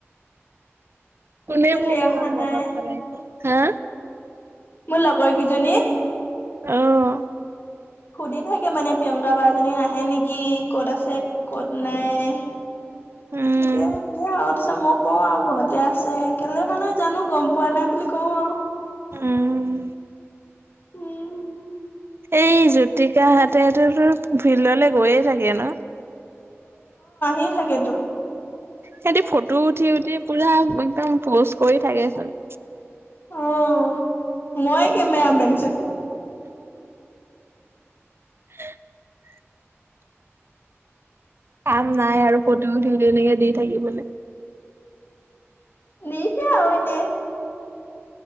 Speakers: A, on the right; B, on the left.
A: কোনে
B: কেলে
A: মোক ইমান
B: অহা
A: মনত
B: নাই?
A: পেলাইছে? হা?
B: মোৰ লগৰ কেইজনীয়ে।
A: অহ।
B: সুধি থাকে মানে-প্ৰিয়ংকা বা জনী নাহে নেকি? ক'ত আছে, কত নাই। এনেকে
A: উম
B: সুধে, আৰু তাৰ পিছ- ত' মই কওঁ আৰু, ঘৰতে আছে। কেলে অহা নাই জানো, গম পোৱা নাই বুলি কওঁ আৰু।
A: উম।
B: উম।
A: এই জ্যোতিকাহতেতুটো ফিল্ডলে গৈয়ে থাকে ন?
B: য়ে থাকেতো।
A: সিহতি ফটো উঠি উঠি পুৰা এক একদম পোষ্ট কৰি থাকেচোন।
B: অঁ মই কেমেআমেন চোন।
A: <unintelligible> কাম নাই আৰু ক <unintelligible> এনেকে দি থাকিবলে।
B: দিছে আউ এনে।